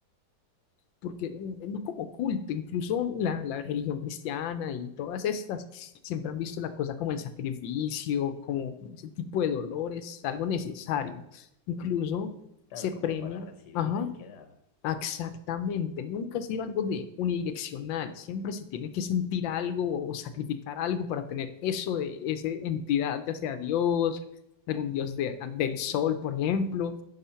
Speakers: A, on the left; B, on the left.
A: porque eh, no como culto, incluso la, la religión cristiana y todas estas siempre han visto la cosa como el sacrificio, como, como ese tipo de dolores, algo necesario. Incluso
B: Claro,
A: se
B: como
A: premia,
B: para recibir
A: ajá,
B: hay que dar.
A: Exactamente, nunca ha sido algo de unidireccional, siempre se tiene que sentir algo o sacrificar algo para tener eso de esa entidad, ya sea Dios, algún dios de- del sol, por ejemplo.